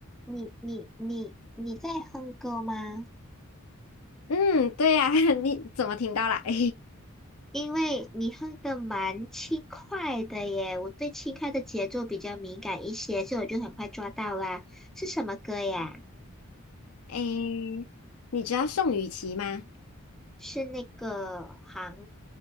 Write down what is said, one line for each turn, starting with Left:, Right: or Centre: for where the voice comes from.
Centre: 你你你你在哼歌吗？
Left: 嗯，对呀、<laughs> 你怎么听到啦？<laughs>
Centre: 因为你哼的蛮轻快的耶，我对轻快的节奏比较敏感一些，所以我就很快抓到啦。是什么歌呀？
Left: 诶，你知道宋雨琦吗？
Centre: 是那个韩